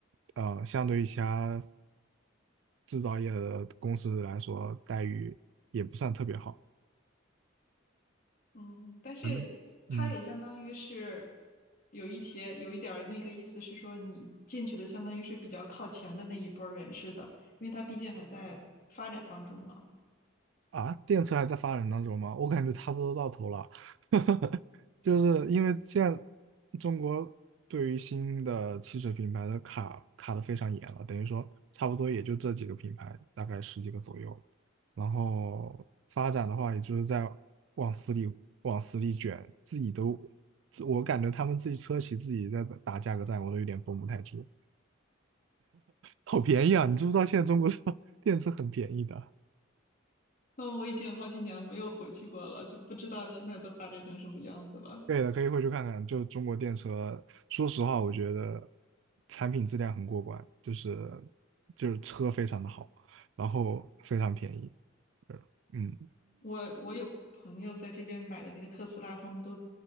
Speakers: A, on the right; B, on the left.
A: 呃，相对于其他制造业的公司来说，待遇也不算特别好。
B: <laughs> 嗯，但是它也相当于是
A: 可能。嗯，
B: 有一些有一点儿那个意思是说，你进去的相当于是比较靠前的那一波人似的，因为它毕竟还在发展当中嘛。
A: 啊，电车还在发展当中吗？我感觉差不多到头了，<laughs> 就是因为现在中国对于新的汽车品牌的卡卡的非常严了，等于说差不多也就这几个品牌，大概十几个左右。然后发展的话，也就是在往死里往死里卷，自己都，自我感觉他们自己车企自己在打价格战，我都有点绷不太住。好便宜啊！你知不知道现在中国车 <laughs> 电车很便宜的？
B: 嗯，我已经好几年没有回去过了，就不知道现在都发展成什么样子了。
A: 对的，可以回去看看。就中国电车，说实话，我觉得产品质量很过关，就是就是车非常的好，然后非常便宜。呃嗯，
B: 我我有朋友在这边买的那个特斯拉，他们都